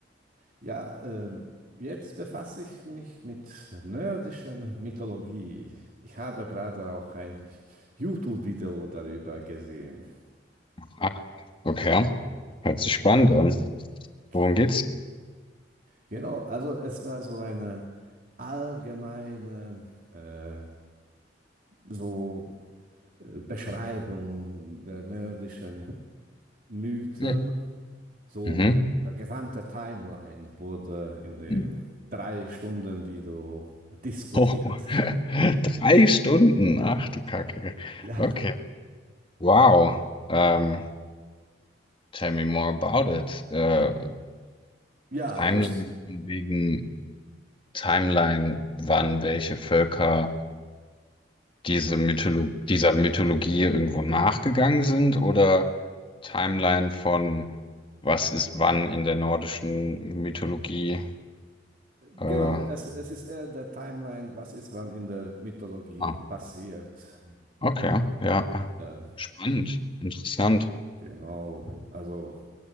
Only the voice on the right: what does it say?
ja, äh, jetzt befasse ich mich mit nordischer Mythologie. Ich habe gerade auch ein YouTube-Video darüber gesehen.
Ge
genau, also es war so eine allgemeine, äh, so Beschreibung der nordischen Mythen.
So,
der gesamte Timeline wurde in dem
drei Stunden Video diskutiert.
Ja,
ja,
das,
genau,
es, es ist eher der Timeline, was ist wann in der Mythologie
passiert.
Äh,
genau, also,